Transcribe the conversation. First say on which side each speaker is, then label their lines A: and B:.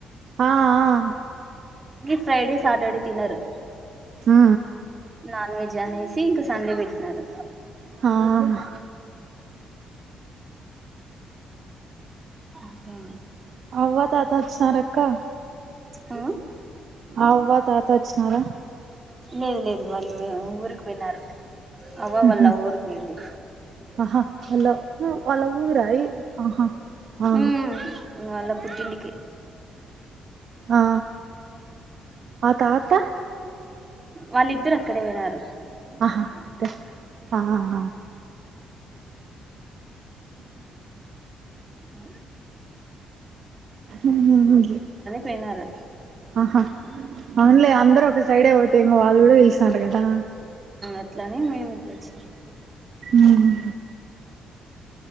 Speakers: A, on the right (about 60°); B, on the right (about 25°).
A: ఆ ఆ
B: ఫ్రైడే సాటర్డే తిన్నారు
A: ఆ
B: నాన్ వెజ్ అనేసి ఇంకా సండే పెట్ న్నారు
A: హా ఆ
B: ఒకే
A: అవ్వ తాత వోస్తున్నా రక్కా
B: ఆ
A: అవ్వ తాత వచ్చినారా
B: లేదు లేదు వాళ్ళు ఊరికి పోయినారు అవ్వ
A: ఉహ
B: వాళ్ళ ఊరికి పోయింది
A: ఆహా వాళ వాళ ఊరాయి ఆహా ఆ
B: ఉమ్ వాళ్ళ పుట్టింటికి
A: ఆ ఆత ఆత
B: వాళ్ళిద్దరు అక్కడే వినారు.
A: ఆహా త ఆహహ
B: అ
A: ఉహు
B: పోయినారు
A: ఆహా అందులే అందరు ఒక సైడే పోతే ఇంకా వాళ్ళు కూడా పలిసినారు కదా
B: అట్లని మేము ఇట్లా వచ్చినాం
A: హమ్